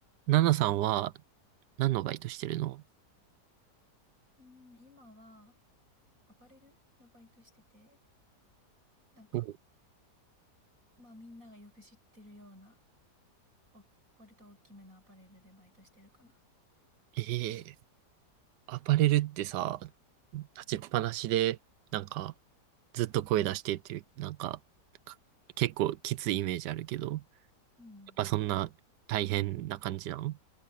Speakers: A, on the right (about 85°); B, on the right (about 55°).
A: ナナさんは何のバイトしてるの
B: うん、今はアパレルのバイトしてて、なんか、
A: お
B: まあみんながよく知ってるような、お、割と大きめのアパレルでバイトしてるかな。
A: ええアパレルってさ、立ちっぱなしで、なんか、ずっと声出してっていう、なんか、か結構きついイメージあるけど、やっ
B: うん、
A: ぱそんな大変な感じなの